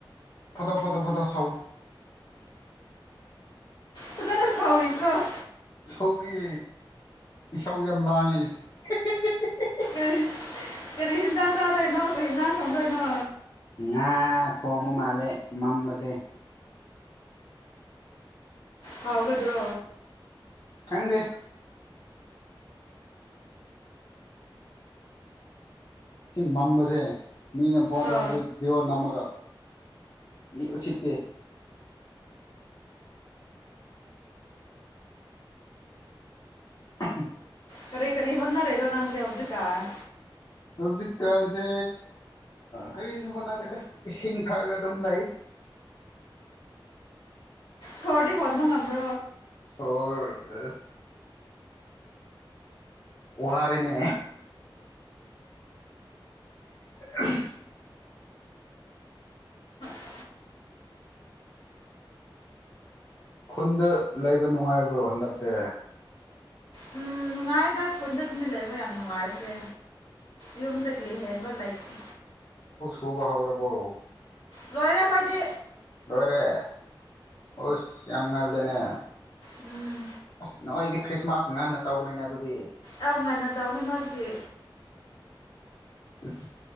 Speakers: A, on the left; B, on the left.
A: ꯐꯣꯇꯣ ꯐꯣꯇꯣ ꯐꯣꯇꯣ ꯁꯧꯋꯤ
B: ꯐꯖꯅ ꯁꯥꯎꯔꯤꯕ꯭ꯔꯣ
A: ꯁꯧꯔꯤ ꯏꯁꯥꯎ ꯌꯥꯝ ꯂꯥꯡꯉꯦ ꯍꯦ ꯍꯦ ꯍꯦ
B: ꯎꯝ ꯀꯔꯤ ꯍꯤꯟꯖꯥꯡ ꯆꯥꯗꯣꯏꯅꯣ ꯀꯩ ꯍꯤꯟꯖꯥꯡ ꯊꯣꯡꯗꯣꯏꯅꯣ
A: ꯉꯥ ꯊꯣꯡꯕ ꯃꯥꯜꯂꯦ ꯃꯝꯕꯁꯦ
B: ꯑꯣ ꯍꯥꯎꯒꯗ꯭ꯔꯣ
A: ꯈꯪꯗꯦ ꯁꯤ ꯃꯝꯕꯁꯦ ꯃꯤꯒ ꯐꯣꯟ ꯇꯧꯔꯗꯤ
B: ꯑ
A: ꯚꯤꯗꯤꯌꯣ ꯅꯝꯃꯒ ꯃꯤ ꯎꯁꯤꯠꯇꯦ <unintelligible>
B: ꯀꯔꯤ ꯀꯔꯤ ꯍꯣꯟꯅꯔꯦꯔꯣ ꯅꯪꯗꯤ ꯍꯧꯖꯤꯛ ꯀꯥꯟ
A: ꯍꯧꯖꯤꯛꯀꯥꯟꯁꯦ ꯀꯔꯤꯁꯨ ꯍꯣꯠꯅꯗꯦꯗ ꯏꯁꯤꯡ ꯊꯛꯑꯒ ꯑꯗꯨꯝ ꯂꯩ
B: ꯁꯣꯔꯗꯤ ꯍꯣꯟꯕ ꯉꯝꯕ꯭ꯔꯣ
A: ꯑꯣꯔ ꯑꯁ ꯋꯥꯔꯦꯅꯦ <unintelligible>
B: ꯎꯝ
A: ꯈꯨꯟꯗ ꯂꯩꯕ ꯅꯨꯡꯉꯥꯏꯕ꯭ꯔꯣ ꯍꯟꯗꯛꯁꯦ
B: ꯎꯝ ꯅꯨꯡꯉꯥꯏꯗ ꯄꯨꯟꯗ <unintelligible> ꯂꯩꯕ ꯌꯥꯝ ꯅꯨꯡꯉꯥꯏꯔꯤꯁꯦ ꯌꯨꯝꯗꯒꯤ ꯍꯦꯟꯕ ꯂꯩꯇꯦ
A: ꯎꯕ ꯍꯧꯔꯕꯣ
B: ꯂꯣꯏꯔꯦ ꯑꯈꯣꯏꯗꯤ
A: ꯍꯣꯏꯔꯦ ꯑꯣꯁ ꯌꯥꯝ ꯉꯜ ꯑꯗꯨꯅꯦ
B: ꯎꯝ
A: ꯑꯁ ꯅꯣꯏꯗꯤ ꯈ꯭ꯔꯤꯁꯃꯥꯁ ꯉꯟꯅ ꯇꯧꯒꯅꯤꯅꯦ ꯑꯗꯨꯗꯤ
B: ꯑꯧ ꯉꯟꯅ ꯇꯧꯔꯦ ꯅꯣꯏꯒꯤꯗꯤ
A: ꯏꯁ